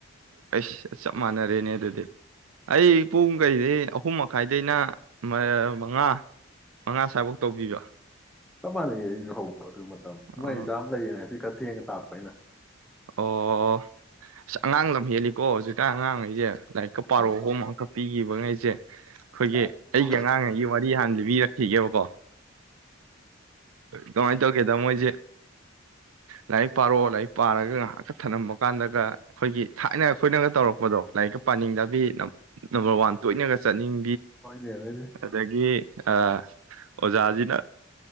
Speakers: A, on the right; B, in the centre.
A: ꯑꯩꯁ ꯆꯞ ꯃꯥꯟꯅꯔꯦꯅꯦ ꯑꯗꯨꯗꯤ ꯑꯩ ꯄꯨꯡ ꯀꯩꯗꯩ ꯑꯍꯨꯝ ꯃꯈꯥꯏꯗꯩꯅ ꯃꯉꯥ ꯃꯉꯥ ꯁ꯭ꯋꯥꯕꯛ ꯇꯧꯕꯤꯕ
B: ꯆꯞ ꯃꯥꯟꯅꯩ ꯑꯩꯁꯨ ꯍꯧꯈ꯭ꯔꯦ ꯑꯗꯨ ꯃꯇꯝ
A: ꯑ-
B: ꯃꯣꯏꯖꯥ ꯂꯩꯔꯤꯅꯦ ꯁꯤ ꯈ ꯊꯦꯡꯅ ꯇꯥꯛꯄ ꯑꯩꯅ
A: ꯑꯣ ꯑꯁ ꯑꯉꯥꯡ ꯂꯝ ꯍꯦꯜꯂꯤꯀꯣ ꯍꯧꯖꯤꯛ ꯑꯉꯥꯡꯈꯩꯁꯦ ꯂꯥꯏꯔꯤꯛꯀ ꯄꯥꯔꯛꯑꯣ
B: ꯏꯁ
A: ꯍꯣꯝ ꯑꯃꯛ ꯄꯤꯈꯤꯕ ꯉꯩꯁꯦ ꯆꯖꯦ
B: ꯀꯥꯏꯗꯩꯅꯣ
A: ꯑꯩꯈꯣꯏꯒꯤ ꯑꯩꯒꯤ ꯑꯉꯥꯡꯉꯩꯒꯤ ꯋꯥꯔꯤ ꯍꯥꯟꯅ ꯂꯤꯕꯤꯔꯛꯈꯤꯒꯦꯕꯀꯣ ꯀꯃꯥꯏꯅ ꯇꯧꯒꯦꯗ ꯃꯣꯏꯁꯦ ꯂꯥꯏꯔꯤꯛ ꯄꯥꯔꯛꯑꯣ ꯂꯥꯏꯔꯤꯛ ꯄꯥꯔꯒ ꯉꯥꯏꯍꯥꯛꯀ ꯊꯝꯂꯝꯃ ꯀꯥꯟꯗꯒ ꯑꯩꯈꯣꯏꯒꯤ ꯊꯥꯏꯅ ꯑꯩꯈꯣꯏꯅꯒ ꯇꯧꯔꯛꯄꯗꯣ ꯂꯥꯏꯔꯤꯛꯀ ꯄꯥꯅꯤꯡꯗꯕꯤ ꯅꯝꯕꯔ ꯋꯥꯟ ꯇꯣꯏꯅꯒ ꯆꯠꯅꯤꯡ
B: ꯍꯣꯏꯅꯦ ꯍꯣꯏꯅꯦ
A: ꯑꯗꯒꯤ ꯑꯣꯖꯥꯁꯤ ꯅ